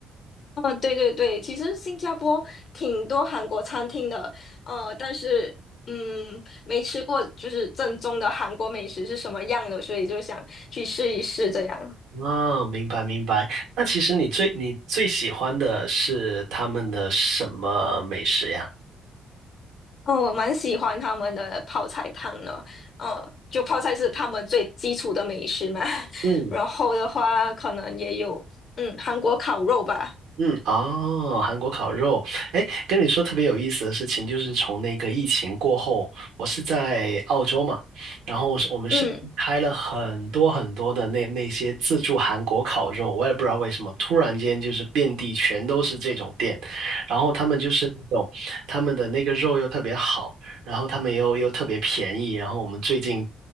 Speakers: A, on the left; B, on the right.
A: 嗯，对对对，其实新加坡挺多韩国餐厅的，呃，但是嗯，没吃过就是正宗的韩国美食是什么样的，所以就想去试一试这样。
B: 哦，明白明白。那其实你最你最喜欢的是他们的什么美食呀？
A: 哦，我蛮喜欢他们的泡菜汤的，嗯，就泡菜是他们最基础的美食嘛。<laughs>
B: 嗯
A: 然后的话，可能也有嗯韩国烤肉吧，
B: 嗯，哦，韩国烤肉，哎，跟你说特别有意思的事情，就是从那个疫情过后，我是在澳洲嘛，然后是我们是开了很多很多的那那些自助韩国烤肉，
A: 嗯，
B: 我也不知道为什么，突然间就是遍地全都是这种店，然后他们就是那种他们的那个肉又特别好，然后他们又又特别便宜，然后我们最近